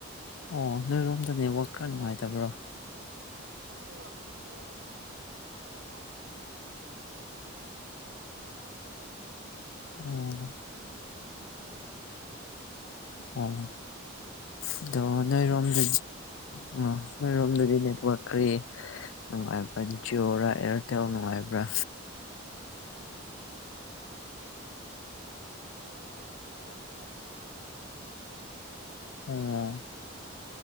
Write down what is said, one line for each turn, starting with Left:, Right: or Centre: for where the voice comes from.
Left: ꯑꯣ ꯅꯣꯏꯔꯣꯝꯗ ꯅꯋꯥꯛ ꯈꯔ ꯅꯨꯡꯉꯥꯏꯇꯕ꯭ꯔꯣ
Right: ꯑꯣ ꯑꯂꯨ ꯀꯩꯅꯣꯒꯕ ꯄꯥꯏꯔꯗꯤ ꯌꯥ ꯑ ꯍꯣꯏꯗꯤꯗꯤ ꯈꯔ ꯅꯨꯡꯉꯥꯏꯇ꯭ꯔꯥ ꯃꯤ
Left: ꯑꯣ
Right: ꯑꯖꯤ ꯊꯣꯛꯅꯤꯅ
Left: ꯑꯣ ꯑꯗꯣ
Right: ꯑꯗꯨꯒꯤ
Left: ꯅꯣꯏꯔꯣꯝꯗꯗꯤ
Right: ꯑꯣꯏꯔꯝꯅꯤ
Left: ꯑ ꯅꯣꯏꯔꯣꯝꯗꯗꯤꯅꯦꯀꯣꯠ ꯑꯩ ꯅꯨꯡꯉꯥꯏꯕ꯭ꯔꯥ ꯖꯤꯑꯣꯔꯥ ꯑꯦꯌꯥꯔꯇꯦꯜ ꯅꯨꯡꯉꯥꯏꯕ꯭ꯔꯥ
Right: ꯑ ꯣ ꯃ ꯐꯜ ꯌꯥꯅ
Left: ꯎꯝ